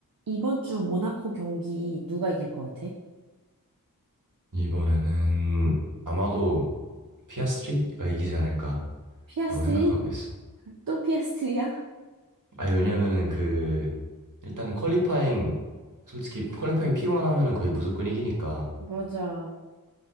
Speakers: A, on the right (about 75°); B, on the right (about 60°).
A: 이번 주 모나코 경기 누가 이길 것 같아?
B: 이번에는 아마도 피아스트리가 이기지 않을까라고
A: 피아스트리?
B: 생각하고 있어.
A: 또 피아스트리야?
B: 아 왜냐면은 그 일단은 퀄리파잉 솔직히 퀄리파잉 P1 하면은 거의 무조건 이기니까.
A: 맞아.